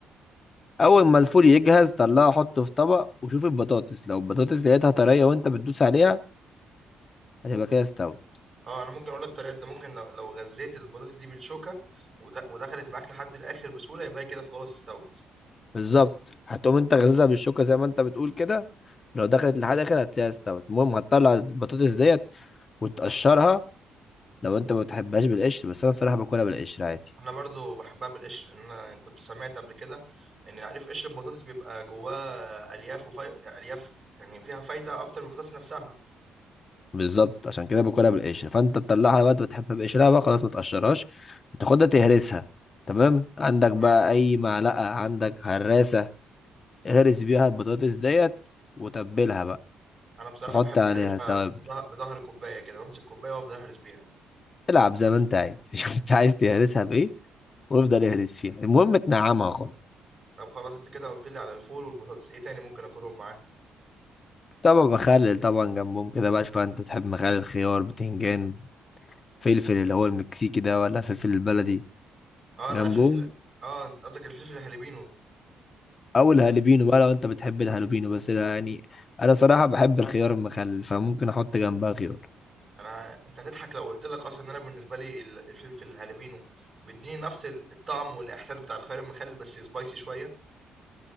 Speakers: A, on the left (about 40°); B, on the right (about 45°).
A: أول ما الفول يجهز طلعه حطه في طبق وشوف البطاطس لو البطاطس لقيتها طرية وأنت بتدوس عليها هتبقى كده استوت
B: اه انا ممكن اقول لك طريقه انت ممكن لو, لو غزيت البطاطس دي بالشوكه ود- ودخلت معاك لحد الاخر بسهوله يبقى هي كده خلاص استوت
A: بالظبط هتقوم أنت غزها بالشوكة زي ما أنت بتقول كده لو دخلت لحد آخر هتلاقيها استوت المهم هتطلع البطاطس ديت وتقشرها لو أنت ما بتحبهاش بالقشر بس أنا صراحة باكلها بالقشر عادي
B: انا برضو بحبها بالقشر لان انا كنت سمعت قبل كده ان عارف قشر البطاطس بيبقى جواه الياف وفي... الياف يعني فيها فايده اكتر من البطاطس نفسها
A: بالظبط عشان كده باكلها بالقشر فانت تطلعها بقى انت بتحبها بقشرها بقى خلاص ما تقشرهاش هتاخدها تهرسها تمام عندك
B: تمام
A: بقى اي معلقه عندك هراسه اهرس بيها البطاطس ديت وتبلها بقى
B: انا بصراحه
A: وحط
B: بحب
A: عليها
B: اهرسها
A: طب
B: بظه- بظهر كوبايه كده بمسك كوبايه وافضل اهرس بيها
A: العب زي ما انت عايز <laughs> شوف انت عايز تهرسها بايه وافضل اهرس فيها المهم تنعمها خالص
B: طب خلاص انت كده قلت لي على الفول والبطاطس ايه تاني ممكن اكلهم معاه
A: طبعا مخلل طبعا جنبهم كده بقى شوف انت بتحب مخلل خيار بتنجان فلفل اللي هو المكسيكي ده ولا فلفل البلدي
B: اه
A: جنبهم
B: لا الفلفل اه انت قصدك الفلفل الهالبينو
A: او الهالوبينو بقى لو انت بتحب الهالوبينو بس ده يعني انا صراحه بحب الخيار المخلل فممكن احط جنبها خيار
B: انا انت هتضحك لو قلت لك اصلا ان انا بالنسبه لي ال- الفلفل الهالبينو بيديني نفس ال- الطعم والاحساس بتاع الخيار المخلل بس سبايسي شويه